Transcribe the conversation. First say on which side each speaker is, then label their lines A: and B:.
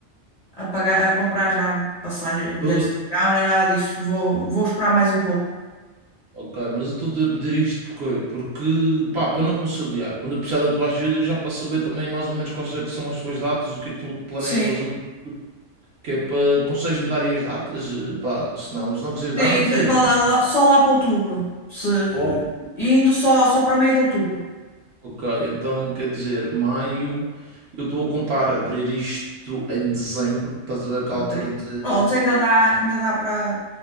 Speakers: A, on the left; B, on the right.
A: a pagar, a comprar já passagem, bilhetes
B: Mas eu-
A: de avião, nem nada disso. Vou, vou esperar mais um pouco.
B: ok, mas eu estou-te a pedir isto porque, porque pá, para não conciliar, quando eu precisar da tua ajuda, já para saber também mais ou menos quais é que são as tuas datas, o que é que tu planeias
A: Sim.
B: fazer no futuro, que é para consegues-me dar aí as datas? Eh, Pá, se não, se não quiseres dar,
A: Sim,
B: não precisas
A: lá-
B: dar.
A: lá- lá- só lá para outubro. Se...
B: Olá, pô.
A: Indo só, só para meio de outubro.
B: Ok, então quer dizer, maio, eu estou a contar abrir isto em dezembro, estás a ver que a
A: Ok.
B: altura de.
A: Pronto, ainda dá, ainda dá para